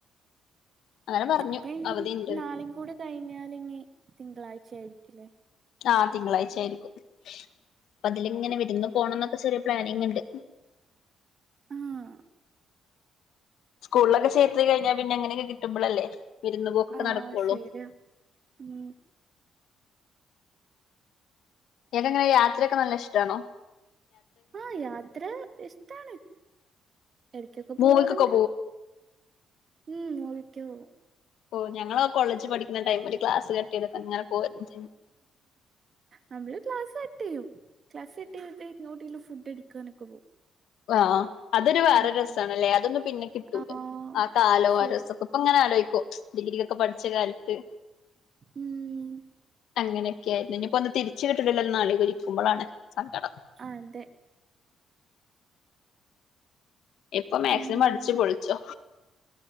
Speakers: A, on the left; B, on the right.
A: അങ്ങനെ പറഞ്ഞു
B: അപ്പൊ ഇനി
A: അവധിണ്ട്ന്ന്
B: നാളും കൂടെ കഴിഞ്ഞാാല ഇനി തിങ്കളാഴ്ച്ചായിരിക്കുല്ലേ.
A: ആ തിങ്കളാഴ്ച്ചാ യ്രിക്കും അപ്പ അതിലെങ്ങനെ വെരുന്നു. പോണംന്നൊക്കെ ചെറിയ പ്ലാനിങ് ണ്ട്.
B: ആഹ്
A: സ്കൂൾളൊക്കെ ചേർത്തി കഴിഞ്ഞാ പിന്നെങ്ങനെക്കെ കിട്ടുമ്പളല്ലേ വിരുന്ന് പോക്കൊക്കെ
B: ആ
A: നടക്കുള്ളൂ
B: ശെര്യാ ഉം
A: ഇയാൾക്കെങ്ങനെ യാത്രൊക്കെ നല്ല ഷ്ട്ടാണോ?
B: ആ യാത്ര ഇഷ്ടാണ് എടക്കൊക്കെ പോവാറ്ണ്ട്.
A: മൂവിക്കൊക്കെ
B: ഉം ഓക്കെ ഒ
A: ഓ ഞങ്ങളൊ കോളേജ് പഠിക്കുന്ന ടൈംമില് ക്ലാസ് കട്ടൈതൊക്കങ്ങനെ പോയിരുന്നു.
B: നമ്മള് ക്ലാസ് ട്ടെയ്യും ക്ലാസ് കട്ടൈത്ട്ട് എങ്ങോട്ടേലും ഫുഡടിക്കാനൊക്കെ പോവും
A: ആ ആ അതൊരു വേറെ
B: ഉം
A: രസാണ്ല്ലേ
B: ഉം
A: അതൊന്നും പിന്നെ ക്കിട്ടൂല
B: ആഹ്
A: ആ കാലോ
B: ശരി
A: ആ രസൊക്കെ ഇപ്പങ്ങനെ ആലോയ്ക്കും ഡിഗ്രി ഒക്ക പഠിച്ച കാലത്ത്
B: ഉം
A: അങ്ങനെയൊക്കെയായിരുന്നു ഇനി ഇപ്പോ ഒന്ന് തിരിച്ച കിട്ടില്ലോ നാളെ ഇരിക്കുമ്പോളാണ് സങ്കടം
B: അതെ
A: ഇപ്പൊ മാക്സിമം
B: ഉം
A: അടിച്ചു പൊളിച്ചോ